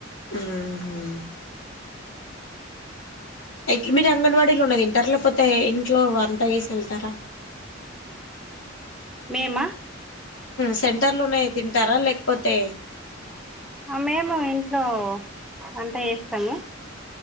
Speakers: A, on the left (about 70°); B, in the centre.
A: హుహ్ ఎట్లా మీరు అంగన్వాడీలోనే తింటరా లేకపోతే ఇంట్లో వంటచేసి ఎళ్తరా.
B: మేమా
A: సెంటర్లున్నయి తింటారా లేకపోతే
B: ఆ మేము ఇంట్లో వంట చేస్తము.